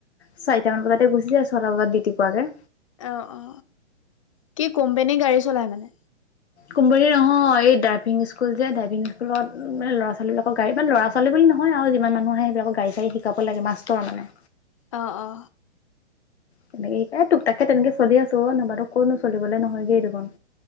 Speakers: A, on the left; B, on the left.
A: চাৰিটা মান বজাতে গুছি যায় ছটা বজাত দিউতি পুৱাকে।
B: অ অ কি কোম্পানীৰ গাড়ী চলাই মানে।
A: কোম্পানী নহয় এই ড্ৰাইভিং স্কুল যে ড্ৰাইভিং স্কুলত মানে ল'ৰা ছোৱালী লগৰ গাড়ীপা ল'ৰা ছোৱালী বুলি নহয় আও যিমান মানুহ আহে সেইবিলাক গাড়ী চাড়ী শিকাব লাগে মাষ্টৰ মানে।
B: অ অ
A: তেনেকে সেই তাকে তোক তাকে তেনেকে চলি আছো, নাইবাতু কনো চলিবলে নহয়গেই দেখোন।